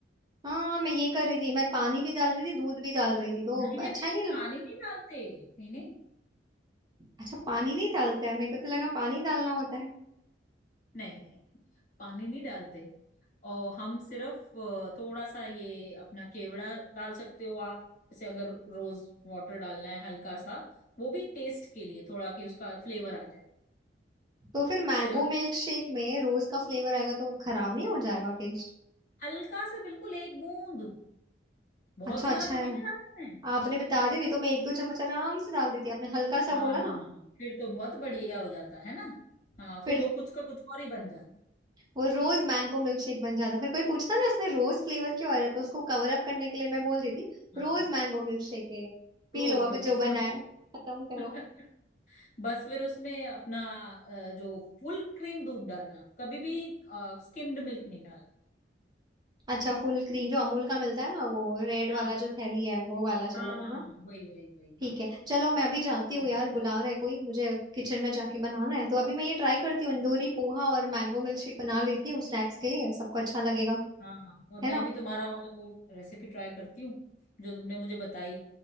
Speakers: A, on the right; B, on the left.
A: हाँ मैं ये कर रही थी मैं पानी भी डाल रही थी दूध भी डाल रही थी तो
B: नहीं नहीं
A: अच्छा
B: नहीं
A: ही
B: नहीं
A: नहीं लग
B: पानी नहीं डालते नहीं नहीं
A: अच्छा पानी नहीं डालते हैं मेरे को तो लगा पानी डालना होता है
B: नहीं नहीं पानी नहीं डालते और हम सिर्फ अ, थोड़ा सा ये अपना केवड़ा डाल सकते हो आप जैसे अगर रोज वाटर डालना है हल्का सा वो भी टेस्ट के लिए थोड़ा कि उसका फ्लेवर आ जाए
A: तो फिर मैंगो
B: सिर्फ
A: मिल्क शेक में रोज का फ्लेवर आएगा तो खराब नहीं हो जाएगा टेस्ट
B: हल्का सा बिल्कुल एक बूंद बहुत
A: अच्छा
B: सारा
A: अच्छा
B: थोड़ी
A: है
B: ना डालना है
A: आपने बता दिया नहीं तो मैं एक दो चम्मच आराम से डाल देती आपने हल्का सा
B: हाँ
A: बोला ना
B: फिर तो बहुत बढ़िया हो जाता है ना हाँ
A: फिर
B: फिर वो कुछ का कुछ और ही बन जाता
A: वो रोज मैंगो मिल्कशेक बन जाता फिर कोई पूछता ना इसमें रोज फ्लेवर क्यों आ रहा है तो उसको कवर अप करने के लिए मैं बोल देती
B: हाँ
A: रोज मैंगो मिल्कशेक है ये पी
B: रोज
A: लो अब
B: रोज
A: जो बना है खत्म करो
B: <laughs> बस फिर उसमें अपना अ, जो फुल क्रीम दूध डालना कभी भी स्किम्ड मिल्क नहीं डालना
A: अच्छा फुल क्रीम जो अमूल का मिलता है ना वो रेड वाला
B: हाँ,
A: जो थैली है वो वाला चलेगा
B: हाँ हाँ
A: ना
B: हाँ वही वही वही
A: ठीक
B: हाँ
A: है चलो मैं अभी जाती हूँ
B: हम्म,
A: यार बुला रहा है कोई मुझे किचन में जाके बनाना है तो अभी मैं ये ट्राई करती हूँ इंदौरी पोहा और मैंगो मिल्कशेक बना लेती हूँ स्नैक्स के लिए सबको अच्छा लगेगा
B: हाँ हाँ, और मैं
A: है ना
B: भी तुम्हारा वाला वो रेसिपी ट्राई करती हूँ जो तुमने मुझे बताई